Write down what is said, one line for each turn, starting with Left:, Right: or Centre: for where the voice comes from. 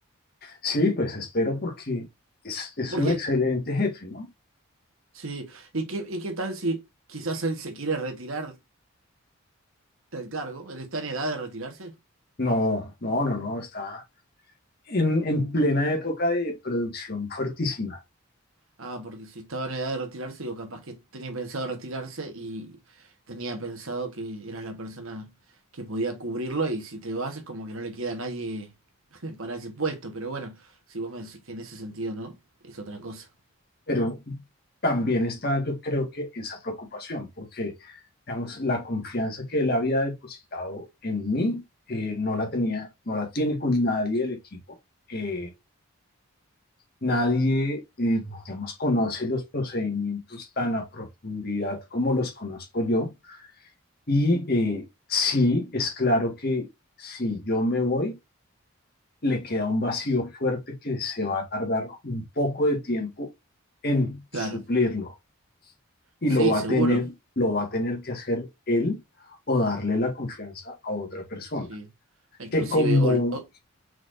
Left: Sí, pues espero porque es, es
Right: Porque,
Left: un excelente jefe, ¿no?
Right: sí, ¿y qué, y qué tal si quizás él se quiere retirar del cargo? Él está en edad de retirarse.
Left: No, no, no, no, está en, en plena época de producción fuertísima,
Right: Ah, porque si estaba en edad de retirarse, digo, capaz que tenía pensado retirarse y tenía pensado que eras la persona que podía cubrirlo y si te vas es como que no le queda a nadie <laughs> para ese puesto, pero bueno, si vos me decís que en ese sentido no, es otra cosa.
Left: pero también está, yo creo que esa preocupación, porque, digamos, la confianza que él había depositado en mí, eh, no la tenía, no la tiene con nadie del equipo. Eh, nadie, eh, digamos, conoce los procedimientos tan a profundidad como los conozco yo. Y eh, sí, es claro que si yo me voy, le queda un vacío fuerte que se va a tardar un poco de tiempo en suplirlo
Right: Claro,
Left: y
Right: sí,
Left: lo va
Right: seguro,
Left: a tener, lo va a tener que hacer él o darle la confianza a otra persona.
Right: sí. Inclusive,
Left: Que como,
Right: o, o-